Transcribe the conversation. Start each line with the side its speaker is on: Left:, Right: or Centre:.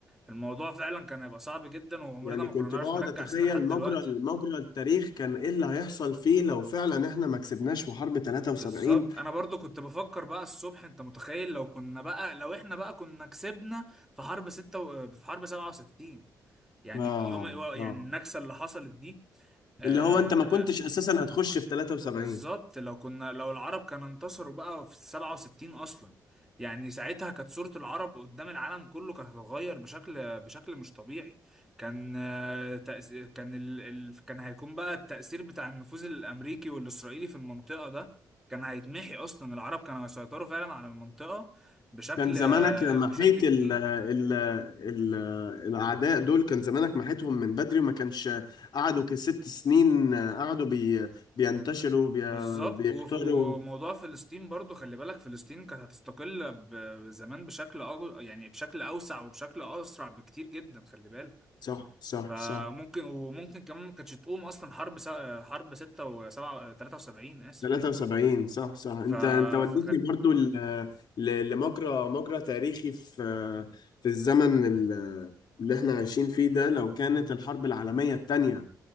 Centre: الموضوع فعلا كان هيبقى صعب جدا وعمرنا
Left: يعني
Centre: ما
Left: كنت
Centre: كنا نعرف
Left: بقعد
Centre: نرجع
Left: اتخيل
Centre: سينا لحد
Left: مجرى
Centre: دلوقتي
Left: مجرى التاريخ كان ايه اللي هيحصل فيه لو فعلا احنا ما كسبناش في حرب 73
Centre: بالظبط انا برضو كنت بفكر بقى الصبح انت متخيل لو كنا بقى لو احنا بقى كنا كسبنا في حرب ستة و... في حرب 67 يعني
Left: اه
Centre: يوم يعني
Left: اه
Centre: النكسة اللي حصلت دي آه
Left: اللي هو انت ما كنتش اساسا هتخش في 73
Centre: بالظبط لو كنا لو العرب كانوا انتصروا بقى في 67 اصلا يعني ساعتها كانت صورة العرب قدام العالم كله كانت هتتغير بشكل بشكل مش طبيعي كان آه، تأس- كان ال... ال... كان هيكون بقى التأثير بتاع النفوذ الأمريكي والإسرائيلي في المنطقة ده كان هيتمحي أصلا العرب كانوا هيسيطروا فعلا على المنطقة بشكل
Left: كان زمانك محيت
Centre: بشكل كتير
Left: ال ال ال الأعداء دول كان زمانك محيتهم من بدري وما كانش قعدوا كست سنين قعدوا بي بينتشروا بي
Centre: بالظبط
Left: بيكتروا
Centre: وف- وموضوع فلسطين برضو خلي بالك فلسطين كانت هتستقل ب- زمان بشكل أج... يعني بشكل أوسع وبشكل أسرع بكتير جدا خلي بالك
Left: صح صح
Centre: فممكن
Left: صح
Centre: وممكن كمان ما كانتش تقوم أصلا حرب س... حرب 6 و 7 73 آسف
Left: 73 صح صح انت
Centre: ف...
Left: انت وديتني
Centre: فخل...
Left: برضو ل- ل- لمجرى مجرى تاريخي في في الزمن ال- اللي احنا عايشين فيه ده لو كانت الحرب العالمية التانية